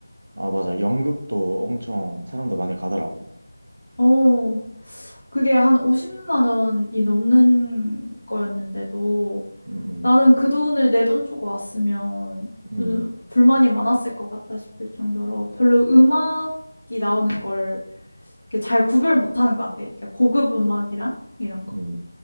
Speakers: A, on the right; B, on the left.
A: 아, 맞아. 연극도 엄청 사람들 많이 가더라고.
B: 어, 그게 한 50만 원이 넘는 거였는데도
A: 응, 응,
B: 나는 그 돈을 내 돈 주고 왔으면
A: 응,
B: 음, 불만이 많았을 것 같다 싶을 정도로 별로 음악이 나오는 걸 이렇게 잘 구별 못하는 것 같아. 이렇게 고급 음악이랑 이런 거.
A: 응.